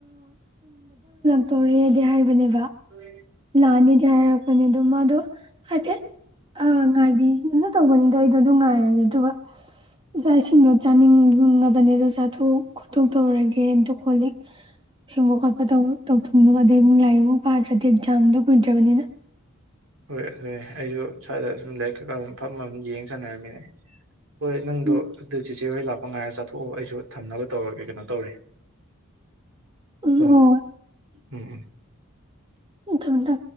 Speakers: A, on the right; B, on the right.
A: ꯇꯧꯔꯦꯗꯤꯦ ꯍꯥꯏꯕꯅꯦ
B: ꯎꯝ
A: ꯂꯥꯟꯅꯤꯗꯤ ꯍꯥꯏꯔꯔꯛꯄꯅꯦ ꯑꯗꯣ ꯃꯥꯗꯣ ꯍꯥꯏꯐꯦꯠ ꯑ ꯉꯥꯏꯕꯤ ꯑꯗꯨꯅ ꯇꯧꯕꯅꯤꯗ ꯑꯩꯗꯣ ꯑꯗꯨꯝ ꯉꯥꯏꯔꯒꯦ ꯑꯗꯨꯒ ꯏꯆꯥ ꯏꯁꯤꯡꯗꯣ ꯆꯥꯅꯤꯡꯉꯕꯅꯦꯗꯣ ꯆꯥꯊꯣꯛ ꯈꯣꯠꯇꯣꯛ ꯇꯧꯔꯒꯦꯗ ꯈꯣꯂ
B: ꯎ
A: ꯍꯦꯡꯕ ꯈꯣꯠꯄ ꯇꯧ ꯊꯨꯡꯗꯕ ꯑꯗꯩꯕꯨꯡ ꯂꯥꯏꯔꯤꯛ ꯑꯃꯨꯛ ꯄꯥꯗ꯭ꯔꯗꯤ ꯑꯦꯛꯖꯥꯝꯗꯣ ꯀꯨꯏꯗ꯭ꯔꯕꯅꯤꯅ
B: ꯍꯣꯏ ꯑꯗꯨꯅꯦ ꯑꯩꯁꯨ ꯁ꯭ꯋꯥꯏꯗ ꯁꯨꯝ ꯂꯥꯏꯔꯤꯛ ꯀꯩꯀꯥ ꯑꯗꯨꯝ ꯐꯝꯐꯝꯝ ꯌꯦꯡ ꯁꯥꯟꯅꯔꯝꯃꯤꯅꯦ ꯍꯣꯏ ꯅꯪꯗꯣ
A: ꯎꯝ
B: ꯑꯗꯨ ꯆꯁꯦ ꯍꯣꯏ ꯂꯥꯛꯄ ꯉꯥꯏꯔ ꯆꯠ ꯊꯣꯛꯑꯣ ꯑꯩꯁꯨ ꯊꯝꯅꯕ ꯇꯧꯔꯒꯦ ꯀꯩꯅꯣ ꯇꯧꯔꯤ
A: ꯎꯝ
B: ꯍꯣ
A: ꯍꯣꯏ
B: ꯎꯝ
A: ꯇꯗ